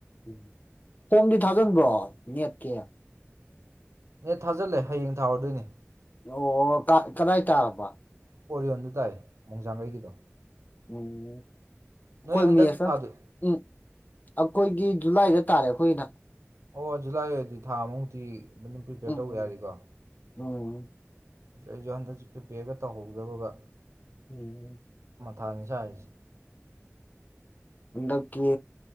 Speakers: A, on the left; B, on the right.
A: ꯎꯝ ꯐꯣꯝꯗꯤ ꯊꯥꯖꯤꯟꯕ꯭ꯔꯣ ꯅꯦꯠꯀꯦ
B: ꯅ ꯊꯥꯖꯤꯜꯂꯦ ꯍꯌꯦꯡ ꯊꯥꯔꯗꯣꯏꯅꯦ
A: ꯑꯣ ꯀꯗꯥꯏ ꯇꯥꯔꯔꯕ
B: ꯑꯣꯔꯤꯌꯣꯟꯗꯨ ꯇꯥꯏ ꯃꯣꯡꯖꯥꯡꯒꯩꯒꯤꯗꯣ
A: ꯎꯝ
B: ꯅꯣꯏ
A: ꯀꯣꯏ
B: ꯍꯟꯗꯛ
A: ꯃꯤꯁ
B: ꯊꯥꯗ
A: ꯎꯝ ꯑꯩꯈꯣꯏꯒꯤ ꯖꯨꯂꯥꯏꯗ ꯇꯥꯔꯦ ꯑꯩꯈꯣꯏꯅ
B: ꯑꯣ ꯖꯨꯂꯥꯏꯗꯤ ꯊꯥ ꯃꯨꯛꯇꯤ ꯑꯗꯨ ꯑꯗꯨꯝ ꯄ꯭ꯔꯤꯄꯦꯌꯔ
A: ꯎꯝ
B: ꯇꯧꯕ ꯌꯥꯔꯤꯀꯣ
A: ꯎꯝ
B: ꯉꯁ ꯑꯩꯁꯨ ꯍꯟꯗꯛꯤ ꯄ꯭ꯔꯤꯄꯦꯌꯔꯒ ꯇꯧꯍꯧꯗꯕ
A: ꯎꯝ
B: ꯊꯥꯟꯁꯥꯏꯖ
A: ꯎꯝ ꯑꯦꯀꯦ